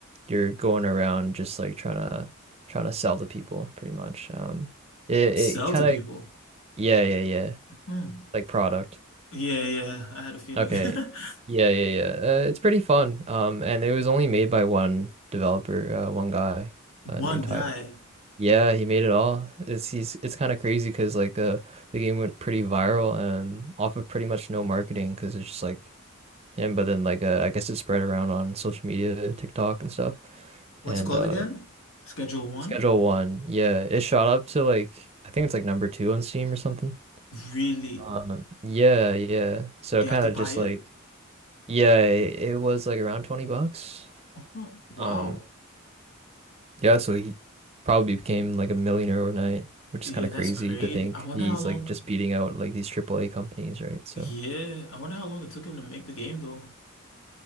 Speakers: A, on the right (about 30°); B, on the left (about 65°).
A: you're going around just like trying to trying to sell to people, pretty much. Um, it
B: Sell
A: it kind
B: to people.
A: of yeah yeah yeah
B: Hmm.
A: like product.
B: Yeah, yeah, I had a feeling.
A: Okay,
B: <laughs>
A: yeah yeah yeah. Uh, it's pretty fun. Um, and it was only made by one developer, uh, one guy,
B: One
A: uh, named Tyler.
B: guy.
A: Yeah, he made it all. It's he's it's kind of crazy because like uh the game went pretty viral um off of pretty much no marketing because it's just like him, but then like uh, I guess it spread around on social media, TikTok and stuff.
B: What's
A: And
B: it called
A: uh
B: again? Schedule one?
A: Schedule One, yeah, it shot up to like I think it's like number two on Steam or something.
B: Really?
A: Um, yeah, yeah. So
B: Do
A: kind
B: you have to
A: of
B: buy
A: just
B: it?
A: like yeah, it, it was like around 20 bucks.
B: Huh, Wow.
A: Um, yeah, so he probably became like a millionaire overnight, which
B: Yeah,
A: is kind of
B: that's
A: crazy
B: crazy.
A: to think
B: I wonder
A: he's
B: how long.
A: like just beating out like these AAA companies, right? So
B: Yeah, I wonder how long it took him to make the game though.